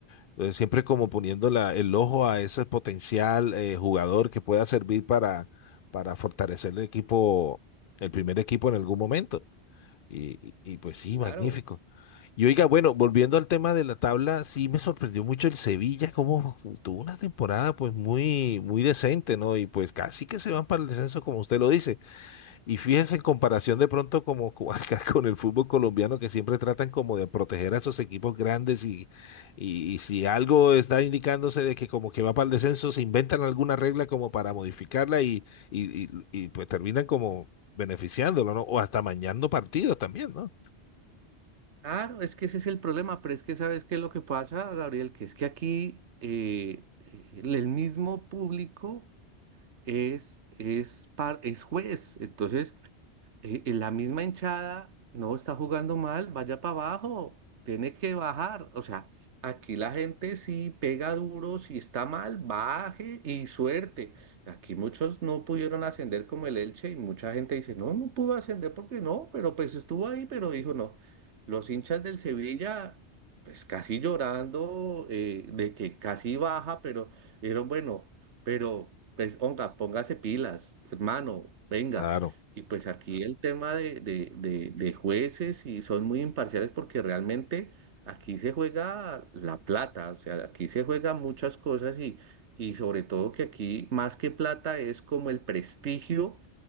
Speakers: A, on the left (about 60°); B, on the right (about 85°).
A: Entonces, siempre como poniendo la- el ojo a ese potencial eh, jugador que pueda servir para, para fortalecer el equipo, el primer equipo en algún momento. Y, y- y, pues sí,
B: Claro,
A: magnífico. Y oiga, bueno, volviendo al tema de la tabla, sí me sorprendió mucho el Sevilla, como tuvo una temporada pues muy, muy decente, ¿no? Y pues casi que se van para el descenso, como usted lo dice. Y fíjese en comparación de pronto como co- <laughs> acá con el fútbol colombiano que siempre tratan como de proteger a esos equipos grandes y, y, y si algo está indicándose de que como que va para el descenso, se inventan alguna regla como para modificarla y, y, y- y, pues terminan como beneficiándolo, ¿no? O hasta mañando partidos también, ¿no?
B: claro, es que ese es el problema, pero es que sabes qué es lo que pasa, Gabriel, que es que aquí eh, eh, el mismo público es, es, par- es juez. Entonces, eh, eh, la misma hinchada no está jugando mal, vaya para abajo, tiene que bajar. O sea, aquí la gente sí pega duro, si está mal, baje y suerte. Aquí muchos no pudieron ascender como el Elche y mucha gente dice, no, no pudo ascender porque no, pero pues estuvo ahí, pero dijo no. Los hinchas del Sevilla, pues casi llorando eh, de que casi baja, pero era bueno, pero pues, onga, póngase pilas, hermano, venga.
A: Claro.
B: Y pues aquí el tema de, de, de- de jueces y son muy imparciales porque realmente aquí se juega la plata, o sea, aquí se juega muchas cosas y, y sobre todo que aquí más que plata es como el prestigio